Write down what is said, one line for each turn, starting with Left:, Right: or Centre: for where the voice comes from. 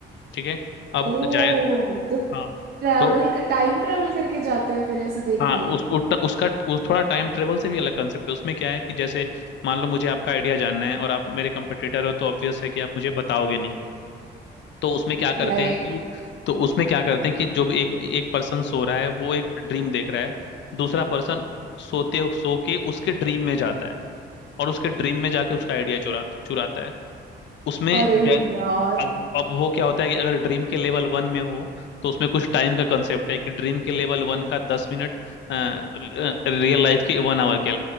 Left: ठीक है अब
Right: ओ
Left: जाए
Right: तो
Left: हाँ
Right: ट्रैवल
Left: तो
Right: टाइम ट्रैवल करके जाते हैं फिर ऐसे देखने
Left: हाँ उस उट- उसका उस थोड़ा टाइम ट्रेवल से भी अलग कंसेप्ट है उसमें क्या है कि जैसे मान लो मुझे आपका आइडिया जानना है और आप मेरे कंपटीटर हो तो ऑब्वियस है कि आप मुझे बताओगे नहीं तो उसमें क्या करते
Right: राइट
Left: हैं कि तो उसमें क्या करते हैं कि जो भी एक एक पर्सन सो रहा है वो एक ड्रीम देख रहा है दूसरा पर्सन सोते सो के उसके ड्रीम में जाता है और उसके ड्रीम में जाके उसका आइडिया चुराता चुराता है उसमें
Right: अरे
Left: जै-
Right: यार
Left: अब अब वो क्या होता है कि अगर ड्रीम के लेवल वन में हो तो उसमें कुछ टाइम का कंसेप्ट है कि ड्रीम के लेवल वन का दस मिनट रियल लाइफ के वन आवर के